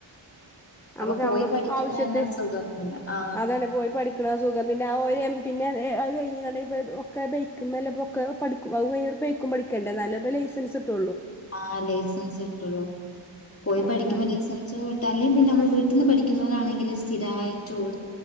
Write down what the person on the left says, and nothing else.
അപ്പൊ പോയി
പഠിക്കുന്ന
തന്നെ സുഖമല്ല ആ
ആഹ് ലൈസൻസ് കിട്ടുള്ളു പോയി
പഠിക്കുമ്പോ
ലൈസെൻസ് കിട്ടുംയില്ലേൽ പിന്നെ നമ്മ വീ- പെട്ടെന്ന് പഠിക്കുന്ന പോലാണെങ്കില് സ്ഥിരട്ട ഓ-